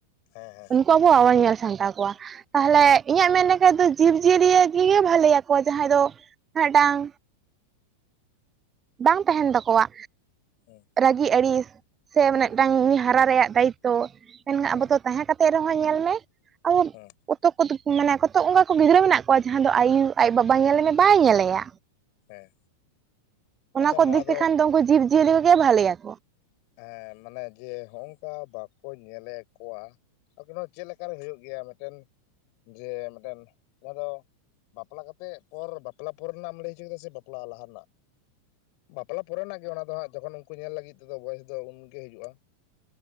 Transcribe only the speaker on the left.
ᱦᱮᱸᱻᱦᱮᱸᱻ
ᱦᱮᱸ
ᱦᱮᱸ
ᱦᱮᱸ
ᱦᱮᱸ
ᱦᱚᱸ
ᱦᱮᱸ
ᱟᱪᱪᱷᱟ
ᱱᱚᱣᱟ
ᱦᱮᱸ ᱢᱟᱱᱮ ᱡᱮ ᱦᱚᱸᱼᱚᱝᱠᱟ ᱵᱟᱯ ᱠᱚ ᱧᱮᱞᱮ ᱠᱚᱣᱟ <unintelligible> ᱠᱤᱱ ᱪᱮᱫᱠᱟᱨᱮ ᱦᱩᱭᱩᱜ ᱜᱮᱭᱟ ᱢᱤᱫᱴᱮᱱ ᱡᱮ ᱢᱤᱫᱴᱮᱱ ᱚᱱᱟ ᱫᱚ ᱵᱟᱯᱞᱟ ᱠᱟᱛᱮᱫ ᱯᱚᱨ ᱵᱟᱯᱞᱟ ᱯᱚᱨ ᱨᱮᱱᱟᱜ ᱮᱢ ᱞᱟᱹᱭ ᱦᱚᱪᱚ ᱠᱮᱫᱟ ᱥᱮ ᱵᱟᱯᱞᱟ ᱞᱟᱦᱟ ᱨᱮᱱᱟᱜ ᱵᱟᱯᱞᱟ ᱯᱚᱨᱮᱱᱟᱜ ᱜᱮ ᱚᱱᱟ ᱫᱚ ᱦᱟᱸᱜ ᱡᱚᱠᱷᱚᱱ ᱩᱱᱠᱩ ᱧᱮᱞ ᱞᱟᱹᱜᱤᱫ ᱛᱮᱫᱚ ᱵᱚᱭᱮᱥ ᱫᱚ ᱩᱱᱜᱮ ᱦᱩᱭᱩᱩᱜᱼᱟ᱾